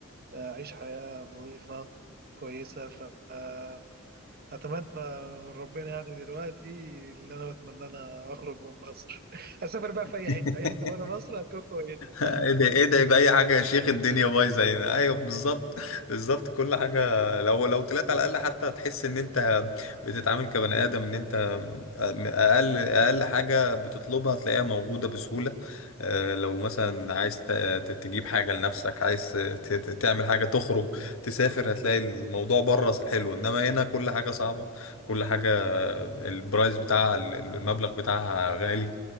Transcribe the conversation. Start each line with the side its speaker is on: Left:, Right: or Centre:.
Right: آه، أعيش حياة نظيفة كويسة فأتمنى من ربنا يعني دلوقتي اللي أنا بتمنى أنا أخرج من مصر <laughs> أسافر بقى في أي
Left: <laughs>
Right: حتة أي حتة بره مصر هتكون كويسة
Left: ايه ده ايه ده يبقى اي حاجه يا شيخ الدنيا بايظه هنا ايوه بالظبط بالظبط كل حاجه لو لو طلعت على الاقل حتى هتحس ان انت بتتعامل كبني ادم ان انت اقل اقل حاجه بتطلبها هتلاقيها موجوده بسهوله آه، لو مثلا عايز ت- ت- تجيب حاجه لنفسك عايز ت- ت- تعمل حاجه تخرج تسافر هتلاقي الموضوع بره حلو انما هنا كل حاجه صعبه كل حاجه البرايس بتاعها المبلغ بتاعها غالي